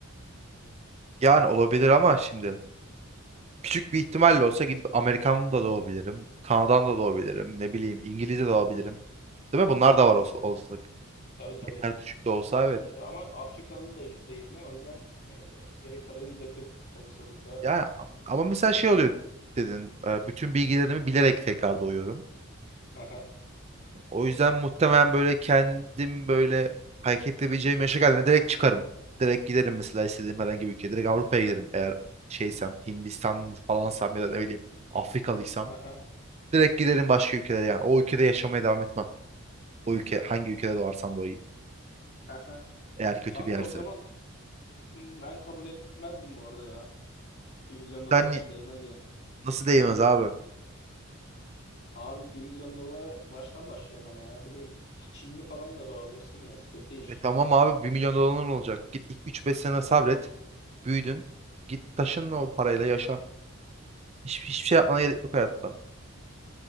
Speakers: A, on the right; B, on the left.
A: Yani olabilir ama şimdi küçük bir ihtimalle olsa gidip Amerikan da doğabilirim. Kanada'dan da doğabilirim. Ne bileyim İngilizce de doğabilirim. Değil mi? Bunlar da var olsa, olasılık.
B: Tabii tabii.
A: Ne kadar düşük de olsa evet.
B: Ya ama Afrikalı da yüzde yirmi o yüzden e, gerek kadar %40 olasılıkla.
A: Yani ama mesela şey oluyor dedin. e, Bütün bilgilerimi bilerek tekrar doğuyorum.
B: Aha,
A: O yüzden muhtemelen böyle kendim böyle hareket edebileceğim yaşa geldiğinde direkt çıkarım. Direkt giderim mesela istediğim herhangi bir ülkeye. Direkt Avrupa'ya giderim eğer şeysem Hindistan falansam ya da ne bileyim Afrikalıysam.
B: aha,
A: Direkt giderim başka ülkelere yani. O ülkede yaşamaya devam etmem. O ülke hangi ülkede doğarsam doğayım.
B: aha.
A: Eğer kötü
B: Kanka
A: bir yerse.
B: o zaman hmm, ben kabul etmezdim bu arada ya. bir milyon dolar
A: Sen
B: için
A: ni-
B: değmez yani.
A: nasıl değmez abi?
B: Abi bir milyon dolara baştan başlıyorsun ama ya. Bir de Çinli falan da doğabilirsin ya sıkıntı iş.
A: E tamam abi bir milyon doların olacak. Git ilk 3-5 sene sabret. Büyüdün. Git taşınla o parayla yaşa. Hiç, hiçbir şey yapmana gerek yok hayatta.